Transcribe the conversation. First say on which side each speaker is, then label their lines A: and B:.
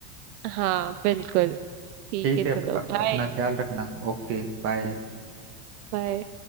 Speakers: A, on the right; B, on the right.
A: हाँ बिल्कुल ठीक
B: ठीक
A: है
B: है
A: चलो
B: अ-
A: बाय
B: अपना ख्याल रखना Okay bye
A: बाय